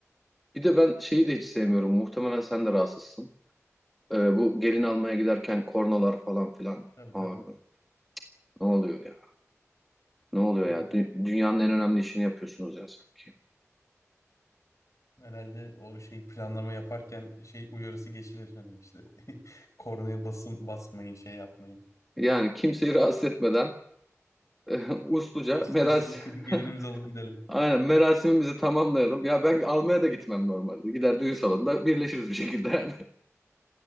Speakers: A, in the centre; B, on the left (about 80°).
A: Bir de ben şeyi de hiç sevmiyorum. Muhtemelen sen de rahatsızsın. Ee, bu gelin almaya giderken kornalar falan filan.
B: Tabii
A: Abi,
B: tabii.
A: ne oluyor ya? Ne oluyor
B: Ya
A: ya? Dü- dünyanın en önemli işini yapıyorsunuz ya sanki.
B: herhalde o şey planlama yaparken şey uyarısı geçilir hani işte <laughs> kornaya basın basmayın şey yapmayın.
A: Yani kimseyi rahatsız etmeden <laughs> usluca
B: Uslu
A: merasim
B: uslu kız
A: <laughs>
B: gelinimizi alıp gidelim.
A: Aynen merasimimizi tamamlayalım. Ya ben almaya da gitmem normalde. Gider düğün salonunda birleşiriz bir şekilde yani.